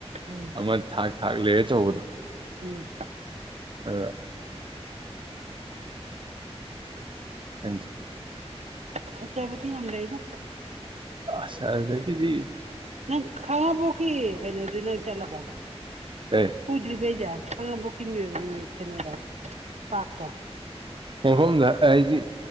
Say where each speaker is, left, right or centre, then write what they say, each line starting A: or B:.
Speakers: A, on the right (about 90°); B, on the right (about 50°).
A: ꯎꯝ
B: ꯑꯃ ꯊꯥꯛ ꯊꯥꯛ ꯂꯩꯔꯦ ꯇꯧꯕꯗꯣ
A: ꯎꯝ
B: ꯑꯗ ꯊ
A: ꯐꯠꯇꯕꯗꯤꯤ ꯌꯥꯝ ꯌꯥꯝ ꯂꯩꯗ
B: ꯑꯁꯗ ꯀꯗꯤ
A: ꯅꯪ ꯈꯉꯕꯣ ꯀꯦ ꯀꯩꯅꯣꯗꯤ ꯅꯪ ꯆꯠꯂꯕ
B: ꯀꯩ
A: ꯀꯗ꯭ꯔꯤꯕꯩꯖ ꯑꯉ ꯄ ꯀꯩꯅꯗ ꯄꯥꯇꯣ
B: ꯃꯐꯝꯗ ꯑꯩꯗꯤ